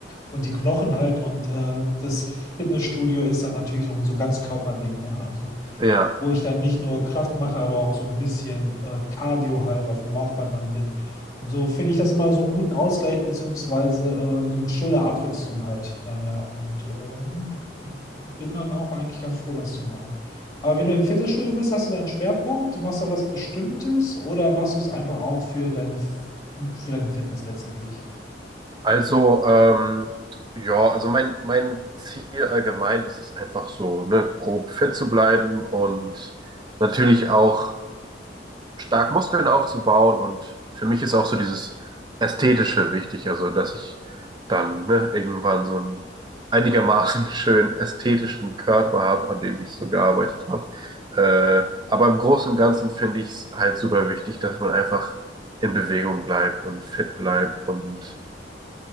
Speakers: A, on the left; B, on the right.
A: und die Knochen halt. Und äh, das Fitnessstudio ist dann natürlich so, ein- so ein Ganzkörperding, ne? Also
B: Ja.
A: wo ich dann nicht nur Kraft mache, aber auch so ein bisschen äh, Cardio halt auf dem Laufband dann bin. Und so finde ich das immer so einen guten Ausgleich, beziehungsweise äh, eine schöne Abwechslung halt daher. Und ähm, bin dann auch eigentlich ganz froh, das zu machen. Aber wenn du im Fitnessstudio bist, hast du deinen Schwerpunkt, machst du was Bestimmtes oder machst du es einfach auch für deine, für deine Fitness letztendlich?
B: Also, ähm, ja, also mein, mein Ziel allgemein ist es einfach so, ne, grob fit zu bleiben und natürlich auch. stark Muskeln aufzubauen und für mich ist auch so dieses Ästhetische wichtig, also dass ich dann ne, irgendwann so einen einigermaßen <laughs> schönen ästhetischen Körper habe, an dem ich so gearbeitet habe. Äh, aber im Großen und Ganzen finde ich es halt super wichtig, dass man einfach in Bewegung bleibt und fit bleibt und